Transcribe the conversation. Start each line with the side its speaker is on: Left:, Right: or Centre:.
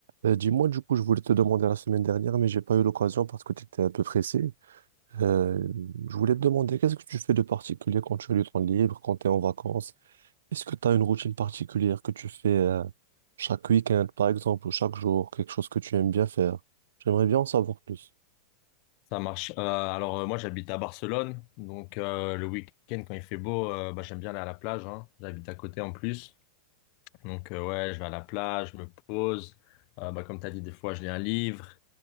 Right: Euh, dis-moi, du coup, je voulais te demander la semaine dernière, mais j'ai pas eu l'occasion parce que tu étais un peu pressé. Euh, je voulais te demander, qu'est-ce que tu fais de particulier quand tu as du temps libre, quand tu es en vacances? Est-ce que tu as une routine particulière que tu fais euh, chaque week-end, par exemple, ou chaque jour, quelque chose que tu aimes bien faire? J'aimerais bien en savoir plus.
Left: Ça marche. Euh, alors euh, moi j'habite à Barcelone, donc euh, le week-end quand il fait beau, euh, bah, j'aime bien aller à la plage. hein. J'habite à côté en plus, donc euh, ouais je vais à la plage, je me pose. Euh, bah, comme t'as dit des fois je lis un livre,